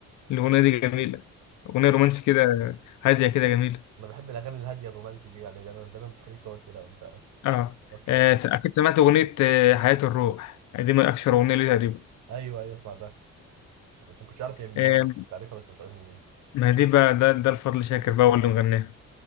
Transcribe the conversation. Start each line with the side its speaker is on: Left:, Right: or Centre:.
Left: الاغنيه دي جميله اغنيه رومانسي كده هاديه كده جميله
Right: انا بحب الاغاني الهاديه الرومانسي دي يعني دايما دايما بتخليك تقعد كده وانت
Left: اه,
Right: فكر
Left: آه
Right: يعني
Left: س- اكيد سمعت اغنيه آه حياه الروح دي من اشهر اغنيه ليه تقريبا
Right: ايوه ايوه سمعتها بس ما كنتش عارف هي من
Left: آه
Right: مين كنت عارفها بس مش عارف من مين
Left: ما دي بقى ده ده الفضل شاكر بقى هو اللي مغناها